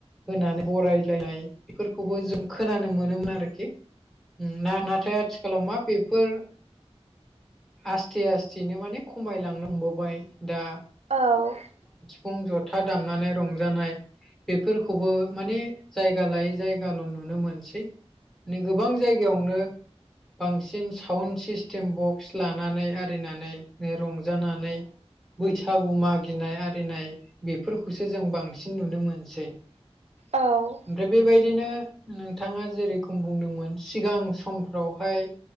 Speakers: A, in the centre; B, on the right.
A: होनानै बरायलायनाय बेफोरखौबो जों खोनानो मोनोमोन आरोखि ना। नाथाय आथिखालाव मा बेफोर आसस्थे आस्थेनो माने खमायलांनो हमबोवबाय दा।
B: औ ।
A: फुं जथा दामनानै रंजानाय। बेफोरखौबो माने जायगा लायै जायगाल' नुनो मोनसै। मे गोबां जायगायावनो बांसिन साउन्ड सिस्टेम बक्स लानानै आरिनानै रंजानानै बैसागु मागिनाय आरिनाय बेफोरखौसो जों बांसिन नुनो मोनसै।
B: औ ।
A: ओमफ्राय बेबायदिनो नोंथाङा जेरोखम बुंदोंमोन सिगां समफ्रावहाय